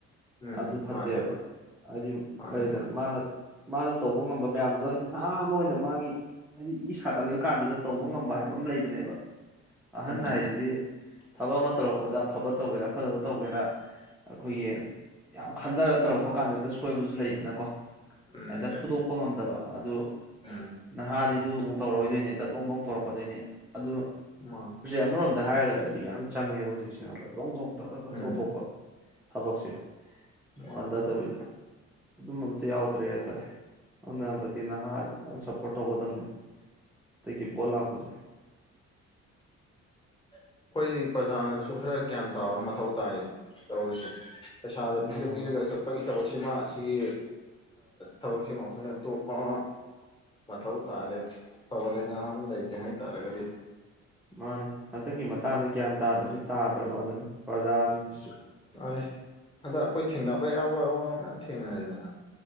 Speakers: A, on the left; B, in the centre.
A: ꯎꯝ
B: ꯑꯗꯨ ꯐꯠꯇꯦꯕ
A: ꯃꯥꯅꯦ
B: ꯍꯥꯏꯗꯤ
A: ꯃꯥꯅꯦ
B: ꯂꯩꯗꯅ
A: ꯃꯥꯅꯦ
B: ꯃꯥꯅ ꯃꯥꯅ ꯇꯧꯕ ꯉꯝꯕ ꯃꯌꯥꯝꯗꯣ ꯍꯥꯏꯗꯤ ꯅꯍꯥ ꯑꯃ ꯑꯣꯏꯅ ꯃꯥꯒꯤ ꯍꯥꯏꯗꯤ ꯏ ꯁꯥꯒꯠꯂꯛꯏ ꯀꯥꯟꯗꯨꯗ ꯇꯧꯕ ꯉꯝꯕ ꯍꯥꯏꯕ ꯑꯃ ꯂꯩꯕꯅꯦꯕ ꯑꯍꯟ
A: ꯎꯝ
B: ꯍꯥꯏꯗꯤ ꯊꯕꯛ ꯑꯃ ꯇꯔꯛ ꯄꯣꯠ ꯑꯐꯕ ꯇꯧꯒꯦꯔꯥ ꯐꯠꯇꯕ ꯇꯧꯒꯦꯔꯥ ꯑꯩꯈꯣꯏꯒꯤ ꯌꯥꯝ ꯈꯟꯊꯔ ꯇꯧꯔꯛꯄ ꯀꯥꯟꯗꯗꯤ ꯍꯦꯛꯇ ꯁꯣꯏꯕꯁꯨ ꯂꯩꯗꯅꯀꯣ
A: ꯎꯝ
B: ꯍꯦꯛꯇ
A: ꯂꯩ
B: ꯐꯨꯗꯣꯛꯄ
A: ꯂꯩ
B: ꯉꯝꯗꯕ ꯑꯗꯨ
A: ꯎꯝ
B: ꯅꯍꯥꯗꯤ ꯑꯗꯨ ꯑꯃꯨꯛ ꯇꯧꯔꯑꯣꯗꯤ ꯅꯦ ꯇꯗꯣꯡ ꯇꯧꯔꯛꯀꯗꯣꯏꯅꯦ ꯑꯗꯨ
A: ꯃꯥꯅꯤ
B: ꯑꯃꯔꯣꯝꯗ ꯍꯥꯏꯔꯒꯗꯤ ꯑꯗꯨꯗꯤ ꯌꯥꯝ ꯆꯪꯉꯦꯕ ꯍꯧꯖꯤꯛꯁꯦ ꯑꯃ ꯗꯣꯡ ꯗꯣꯡ ꯇꯠ ꯇ ꯇ
A: ꯎꯝ
B: ꯇꯧꯊꯣꯛꯄ ꯊꯕꯛꯁꯦ
A: ꯃꯥꯅꯤ
B: ꯄꯟꯊꯗꯕꯤꯗ
A: ꯃꯥꯅꯤ
B: ꯑꯗꯨꯝ ꯑꯝ ꯌꯥꯎꯗ꯭ꯔꯦ ꯍꯥꯏꯇꯥꯔꯦ ꯑꯗꯨꯅ ꯍꯟꯗꯛꯇꯤ ꯅꯍꯥ ꯁꯞꯄꯣꯔꯠ ꯇꯧꯒꯗꯕꯅꯦ ꯇꯒꯤ ꯄꯣꯂꯛꯄꯖꯦ
A: ꯑꯩꯈꯣꯏ ꯄ꯭ꯔꯖꯥꯅꯁꯨ ꯈꯔ ꯒ꯭ꯌꯥꯟ ꯇꯥꯕ ꯃꯊꯧ ꯇꯥꯏꯌꯦ ꯇꯧꯔꯤꯁꯦ ꯄꯩꯁꯥꯗ ꯄꯤꯔ
B: ꯎꯝ
A: ꯄꯤꯔꯒ ꯆꯠꯄꯒꯤ ꯊꯕꯛꯁꯤꯃ ꯁꯤꯒꯤ ꯊꯕꯛꯁꯤꯃ ꯑꯩꯈꯣꯏꯅ ꯇꯣꯛꯄ ꯑꯃ ꯃꯊꯧ ꯇꯥꯔꯦ ꯐꯕ ꯂꯩ ꯉꯍꯥ ꯑꯃꯨ ꯂꯩꯒꯦ ꯍꯥꯏꯇꯥꯔꯒꯗꯤ
B: ꯃꯥꯅꯦ ꯍꯟꯗꯛꯀꯤ ꯃꯇꯥꯡꯗ ꯒ꯭ꯌꯥꯟ ꯇꯥꯗ꯭ꯔꯗꯤ ꯇꯥꯗ꯭ꯔꯕ ꯑꯗꯨꯅꯤ ꯄ꯭ꯔꯖꯥꯁꯤꯡꯁꯤꯁꯨ
A: ꯌꯥꯔꯦ ꯍꯟꯗꯛ ꯑꯩꯈꯣꯏ ꯊꯦꯡꯅꯕ ꯌꯥꯕ ꯑꯋꯥꯕ ꯃꯌꯥꯝ ꯊꯦꯡꯅꯔꯦꯗ